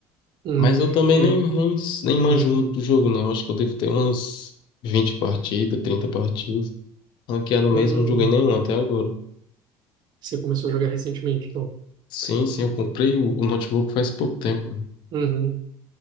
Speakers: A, on the right (about 55°); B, on the left (about 65°).
A: uhum.
B: Mas eu também
A: E,
B: nem, nem, nem manjo
A: uhum,
B: muito do jogo, não. Acho que eu devo ter umas 20 partidas, 30 partidas. Ranqueada
A: uhum.
B: mesmo, não joguei nenhum até agora.
A: Você começou a jogar recentemente, então.
B: Sim, sim, eu comprei o, o notebook faz pouco tempo. né?
A: Uhum.